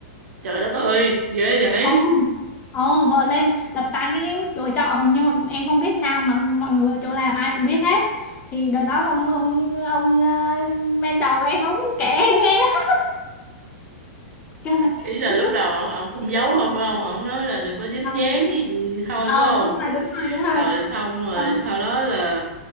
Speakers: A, on the right; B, on the left.
A: trời đất ơi ghê vậy
B: ồ ồ vợ lên đập tan cái cánh cửa trọ hồng nhưng mà em không biết sao mà mọi người ở chỗ làm ai cũng biết hết thì đợt đó là ông ông ông ờ, mentor em ông kể em nghe đó kêu là
A: ý là
B: <laughs>
A: lúc đầu ổng ổng cũng giấu thôi phải không ổng nói là đừng có dính
B: ờ
A: dáng gì thôi
B: ờ,
A: phải không
B: đúng rồi đúng rồi đúng rồi
A: rồi xong rồi
B: không
A: sau đó là